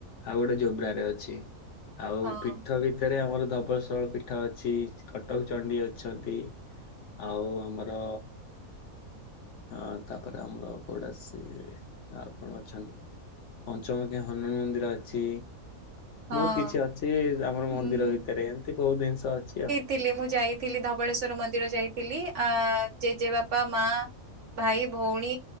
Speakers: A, on the left (about 60°); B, on the right (about 55°).
A: ଆଉ ଗୋଟେ ଜୋବ୍ରାରେ ଅଛି। ଆଉ
B: ହଁ
A: ପିଠ ବି ଏଠାରେ ଆମର ଧବଳଶଳ ପିଠ ଅଛି। କଟକ ଚଣ୍ଡୀ ଅଛନ୍ତି। ଆଉ ଆମର ହଁ, ତା'ପରେ ଆମର କଉଡ଼ା ସେ, ଆଉ କଣ ଅଛନ୍? ପଞ୍ଚମୁଖୀ ହନୁମାନ ମନ୍ଦିର ଅଛି।
B: ହଁ
A: ବହୁତ କିଛି ଅଛି। ସିଏ ଆମର ମନ୍ଦିର
B: ମୁଁ
A: ଭିତରେ, ଏମତି ବହୁତ ଦିନିଷ ଅଛି ଆଉ।
B: ଥିଲି ମୁଁ ଯାଇଥିଲି ଧବଳେଶ୍ଵର ମନ୍ଦିର ଯାଇଥିଲି। ଆ ଜେଜେ ବାପା, ମାଁ ଭାଇ, ଭଉଣୀ